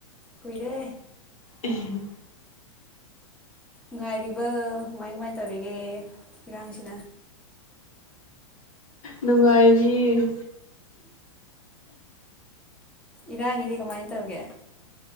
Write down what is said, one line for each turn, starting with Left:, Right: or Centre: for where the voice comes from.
Centre: ꯀꯨꯏꯔꯦ
Left: ꯎ
Centre: ꯉꯥꯏꯔꯤꯕ ꯀꯃꯥꯏ ꯀꯃꯥꯏ ꯇꯧꯔꯤꯒꯦ ꯏꯔꯥꯡꯁꯤꯅ
Left: ꯅꯨꯡꯉꯥꯏꯔꯤ ꯎꯝ
Centre: ꯏꯔꯥꯡ ꯏꯗꯤ ꯀꯃꯥꯏꯅ ꯇꯧꯒꯦ